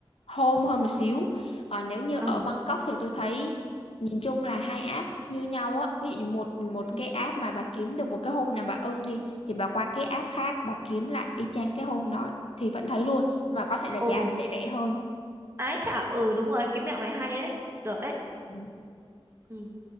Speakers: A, on the left (about 85°); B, on the right (about 25°).
A: home hơn một xíu còn nếu như
B: ờ,
A: ở Bangkok thì tôi thấy nhìn chung là hai app như nhau á ví dụ như một một
B: ừ,
A: cái app mà bà kiếm được một cái home nào bà ưng đi thì bà qua cái app khác bà kiếm lại y chang cái home đó thì vẫn thấy luôn nhưng mà có thể là giá
B: ồ,
A: nó sẽ rẻ hơn
B: ái chả, ừ đúng rồi, cái mẹo này hay đấy, được đấy,
A: Ừ.
B: ừ,